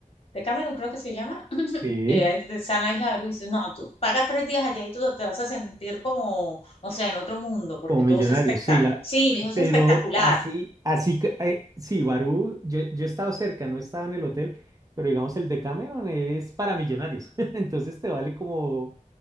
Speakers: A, on the left; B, on the right.
A: de Cameron creo que es que se llama, <clears throat>
B: Sí.
A: que ahí está en la isla de Barú. Y dice, no, tú paga tres días allá y tú te vas a sentir como, no sé, en otro mundo, porque
B: Como
A: todo
B: millonario,
A: es espectacular.
B: sí, la,
A: Sí, mi hijo es
B: pero
A: espectacular.
B: así, así que, eh, sí, Barú, yo, yo he estado cerca, no he estado en el hotel, pero digamos el de Cameron es para millonarios, <laughs> entonces te vale como,